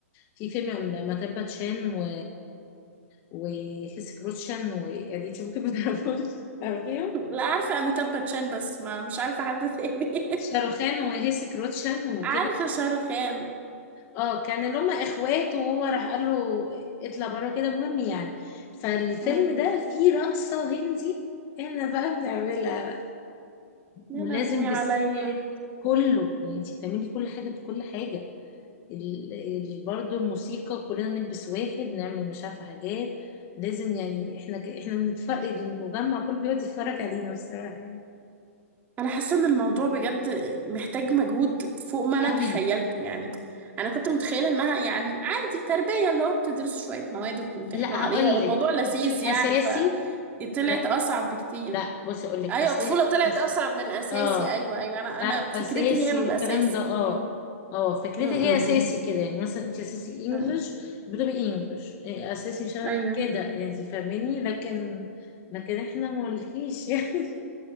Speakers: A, on the left; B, on the right.
A: في فيلم لما تبت شان و وهيسي كروتشن ويعني انت ممكن ما تعرفوش عارفيهم
B: لا عارفه اميتاب باتشان بس ما مش عارفه حد تاني <laughs>
A: شاروخان وهيسي كروتشان وكده
B: عارفة شاروخان
A: اه كان اللي هم اخوات وهو راح قال له اطلع بره كده مهم يعني فالفيلم
B: امم
A: ده فيه رقصة هندي احنا بقى بنعملها بقى
B: يا
A: ولازم
B: لهوي
A: بالساري
B: عليا
A: كله يعني انت بتعملي كل حاجة بكل حاجة ال... ال... برضه الموسيقى كلنا نلبس واحد نعمل مش عارفة حاجات لازم يعني احنا ك... احنا بنتفرج المجمع كله بيقعد يتفرج علينا بصراحة يعني
B: انا حاسة ان الموضوع بجد محتاج مجهود فوق ما انا
A: قوي
B: تخيلته يعني انا كنت متخيلة انها يعني عادي تربية اللي هو بتدرسوا شوية مواد وبتمتحنوا
A: لا
B: عليها
A: هقول
B: والموضوع
A: لك
B: لذيذ
A: دي اساسي
B: يعني ف طلعت
A: لا
B: اصعب بكتير
A: لا بصي اقول لك
B: ايوه
A: اساسي
B: الطفولة طلعت
A: بس
B: اصعب من اساسي
A: اه
B: ايوه ايوه انا
A: آه،
B: انا فكرتي
A: اساسي
B: هي انا الاساسي
A: والكلام ده اه
B: امم
A: اه فكرتي
B: امم
A: هي اساسي كده يعني مثلا انت اساسي انجلش
B: امم
A: بتبقي انجلش إيه، اساسي مش عارف-
B: ايوه
A: كده يعني انت فاهماني لكن لكن احنا مولكيش يعني <laughs>